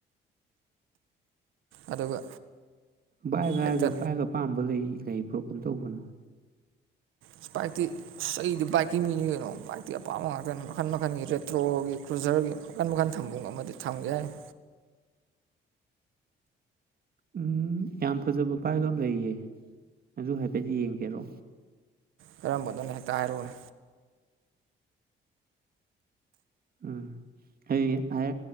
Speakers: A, on the right (about 85°); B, on the right (about 50°).
A: ꯑꯗꯨꯒ
B: ꯚꯥꯏꯕ
A: ꯍꯦꯛꯇ
B: ꯍꯥꯏꯔꯒ ꯚꯥꯏꯕ ꯑꯄꯥꯝꯕ ꯂꯩꯕꯤ ꯂꯩꯕ꯭ꯔꯣ ꯀꯝ ꯗꯧꯕꯅꯣ
A: ꯏꯁꯄꯥꯏꯛꯇꯤ ꯑꯁ ꯑꯩꯗꯤ ꯕꯥꯏꯛꯀꯤꯡꯒꯤꯅꯤ ꯀꯩꯅꯣ ꯕꯥꯏꯛꯇꯤ ꯑꯄꯥꯝꯕ ꯉꯥꯛꯇꯅꯤ ꯃꯈꯟ ꯃꯈꯟꯒꯤ ꯔꯦꯇ꯭ꯔꯣꯒꯤ ꯀ꯭ꯔꯨꯖꯔꯒꯤ ꯃꯈꯟ ꯃꯈꯟ ꯊꯝꯕꯨ ꯉꯝꯗꯤ ꯊꯝꯒꯦ ꯍꯥꯏꯅꯦ__
B: ꯎꯝ ꯌꯥꯝ ꯐꯖꯕ ꯕꯥꯏꯛ ꯑꯃ ꯂꯩꯔꯤꯌꯦ ꯑꯗꯨ ꯍꯥꯏꯐꯦꯠ ꯌꯦꯡꯒꯦꯔꯣ
A: ꯀꯔꯝꯕꯅꯣꯅꯦ ꯉꯍꯦꯛꯇ ꯍꯥꯏꯔꯛꯑꯣꯅꯦ
B: ꯎꯝ ꯑꯩ ꯑꯥꯏ ꯑꯥꯏ